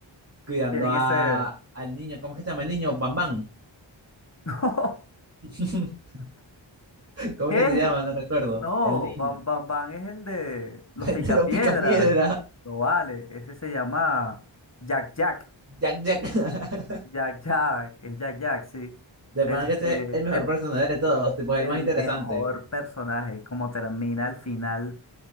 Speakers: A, on the right; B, on the left.
A: cuidando
B: tienen
A: a,
B: ese.
A: al niño. ¿Cómo es que se llama el niño? Bam Bam.
B: <laughs> No,
A: <laughs> ¿Cómo
B: ¿qué?
A: es que se llama? No recuerdo.
B: No,
A: El niño.
B: Bam Bam Bam es el de los
A: <laughs> El
B: picapiedras.
A: de los picapiedra.
B: No vale, ese se llama Jack Jack.
A: Jack Jack. <laughs>
B: Jack Jack, es Jack Jack, sí.
A: De
B: Este,
A: pana que ese es el mejor
B: ep,
A: personaje de todos. Tipo, es
B: el
A: el más interesante.
B: mejor personaje, como termina al final,